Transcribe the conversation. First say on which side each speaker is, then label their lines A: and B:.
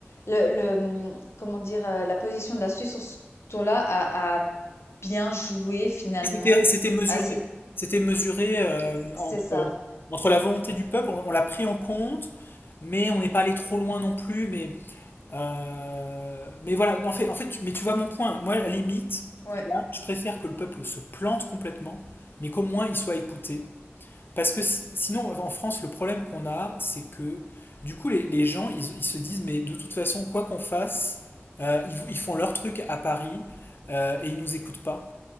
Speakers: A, on the left (about 80°); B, on the left (about 50°).
A: le, le, hum, comment dire, euh, la position de la Suisse sur ce tour-là a, a bien joué finalement.
B: Oui, C'était, c'était mesuré.
A: Ah, c'est,
B: C'était mesuré euh,
A: c'est
B: entre,
A: ça.
B: entre la volonté du peuple, on, on l'a pris en compte, mais on n'est pas allé trop loin non plus. Mais Euh, mais voilà, en fait, en fait, tu- mais tu vois mon point. Moi, à la limite,
A: Ouais,
B: tu vois, je préfère que le peuple se plante complètement, mais qu'au moins il soit écouté. Parce que si- sinon, en France, le problème qu'on a, c'est que du coup, les, les gens, ils, ils se disent, mais de toute façon, quoi qu'on fasse, euh, ils, ils font leur truc à Paris euh, et ils nous écoutent pas.